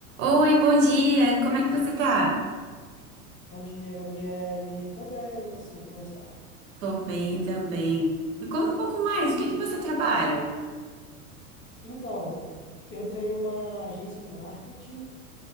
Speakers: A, on the right; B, on the left.
A: Oi, bom dia. Como é que você tá?
B: Bom dia, Gabriele. Tô bem, e você? Como está?
A: Tô bem também. Me conta um pouco mais. O que que você trabalha?
B: Então, eu tenho uma agência de marketing